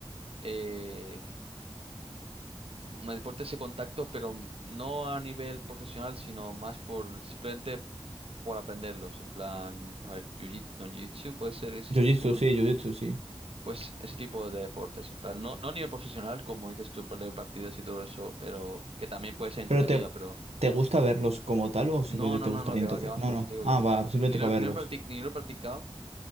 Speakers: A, on the right; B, on the right.
A: eh, me deporte ese contacto, pero mm, no a nivel profesional, sino más por simplemente por aprenderlos. En plan, a ver, jiu-jitsu, no, jiu-jitsu puede ser, existe
B: Jiu-jitsu,
A: es uno.
B: sí, jiu-jitsu, sí.
A: Pues ese tipo de deportes, en plan, no, no a nivel profesional, como dices tú, en plan de partidas y todo eso, pero que también puede ser entretenido,
B: Pero te,
A: pero
B: ¿te gusta verlos como tal o
A: no,
B: simplemente
A: no,
B: te
A: no,
B: gustaría
A: no, que
B: entonces?
A: va, que va,
B: No,
A: por
B: no.
A: eso te digo
B: Ah,
A: que no.
B: va, simplemente
A: Ni lo,
B: para
A: ni
B: verlos.
A: lo he practic- ni lo he practicado